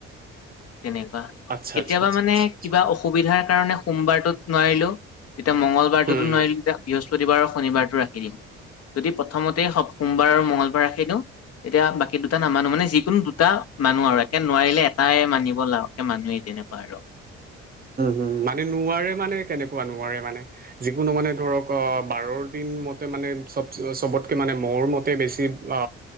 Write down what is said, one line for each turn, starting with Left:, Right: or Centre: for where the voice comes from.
Left: তেনেকুৱা
Right: আচ্ছা
Left: কেতিয়াবা
Right: আচ্ছা আচ্ছা
Left: মানে
Right: আচ্ছা আচ্ছা
Left: কিবা অসুবিধাৰ কাৰণে সোমবাৰটোত নোৱাৰিলো তেতিয়া মংগলবাৰটোতো
Right: উম
Left: নোৱাৰিলো যে বৃহস্পতিবাৰ আৰু শনিবাৰটো ৰাখি দিওঁ যদি প্ৰথমতে সপ সোমবাৰ আৰু মঙ্গলবাৰে ৰাখি দিওঁ এতিয়া বাকী দুটা নামানো মানে যিকোনো দুটা মানো আৰু একে নোৱাৰিলে এটাই মানি বলা মানোৱেই তেনেকুৱা আৰু
Right: উম মানে নোৱাৰে মানে কেনেকুৱা নোৱাৰে মানে যিকোনো মানে ধৰক অ বাৰৰ দিন মতে মান নে চব চবতকে মানে মোৰ মতে বেছি অ